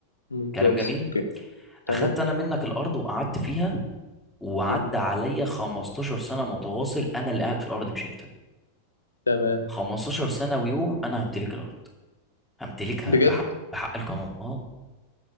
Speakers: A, on the left (about 75°); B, in the centre.
A: ممتاز
B: كلام جميل
A: اوكي تمام
B: اخدت انا منك الارض وقعدت فيها وعدى
A: مم.
B: عليا 15 سنة متواصل أنا اللي قاعد في الأرض مش أنت
A: تمام
B: 15 سنة ويوم أنا همتلك الأرض همتلكها
A: بجد
B: بحق بحق القانون أه